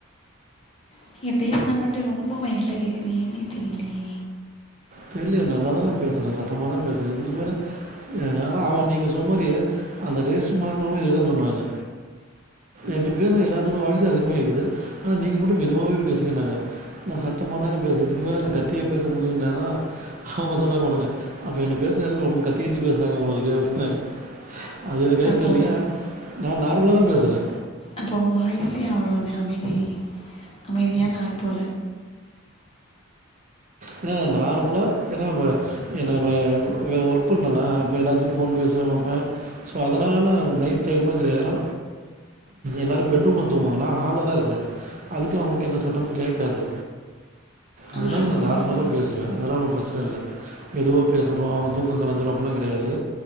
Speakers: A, on the left; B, on the right.
A: நீங்க பேசுனா மட்டு ரொம்ப மைல்டா கேக்குது ஏன்னே தெரிலியே
B: தெர்லயே நல்லாதா நா பேசுறே சத்தமா தா பேசுறே இதுக்கு மேல ஆனா அவுங்க நீங்க சொன்ன மாரியே அந்த ரேஷ்மாங்குறவுங்க இத தா சொன்னாங்க என்ட்ட பேசுற எல்லாத்தோட வாய்ஸு அதிகமா கேக்குது ஆனா நீங்க மட்டு மெதுவாவே பேசுங்கன்னாங்க நா சத்தமா தாங்க பேசு இதுக்கு மேல என்ன கத்தியா பேச முடியு என்னாலா அவுங்க சொன்னாங்க ஒடனே அப்ப என்ட்ட பேசுற எல்லா ரொம்ப கத்தி கத்தி பேசுறாங்க போலருக்கு அப்டின்னாங்க அது எனக் என்னன்
A: அப்போ
B: தெர்லைங்க
A: உங்க
B: நா நார்மலா தா பேசுறே
A: அப்பொ உங்க வாய்ஸே அவ்ளோ தா அமைதி அமைதியான ஆள் போல
B: இங்க நார்மலா எனா வ எனா வ ஒர்க் பண்றனா அப்போ எல்லாத்துட்டயு ஃபோன் பேசுவே வப்பே சோ அதுனால நைட் டைம்லா கெடயா ஏனா எல்லாரு பெட்ரூம்ல தூங்குவோ நா ஹால்ல தா இருக்கே அதுக்கு அவுங்ளுக்கு எந்த சத்தமு கேக்காது அதுனால
A: ஆஹா
B: நா நார்மல
A: அது
B: தா பேசுவே அதல்லா ஒன்னு பிரச்சன இல்ல மெதுவா பேசனு அவுங்க தூக்கொ கலஞ்சுரு அப்புல்லா கெடயாது